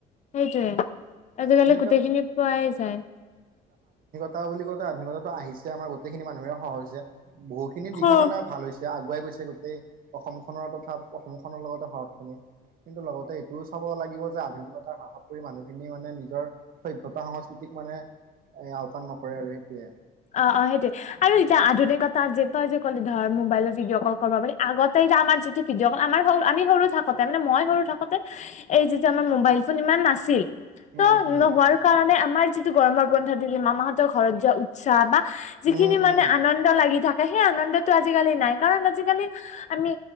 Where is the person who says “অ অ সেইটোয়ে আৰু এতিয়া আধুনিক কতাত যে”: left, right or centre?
Left